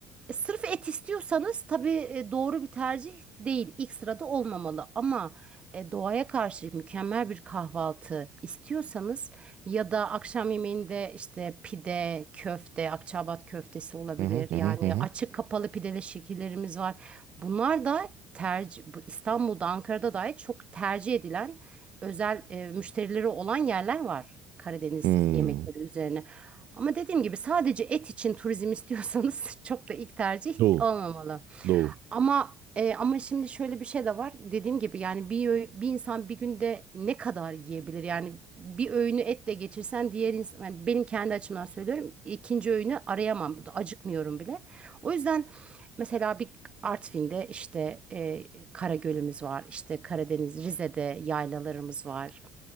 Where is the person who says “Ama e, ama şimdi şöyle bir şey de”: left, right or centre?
Right